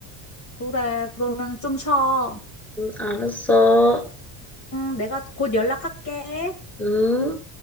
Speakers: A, on the left (about 35°); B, in the centre.
A: 그래, 그러면 좀 쉬어.
B: 음, 알았어.
A: 응, 내가 곧 연락할게.
B: 음.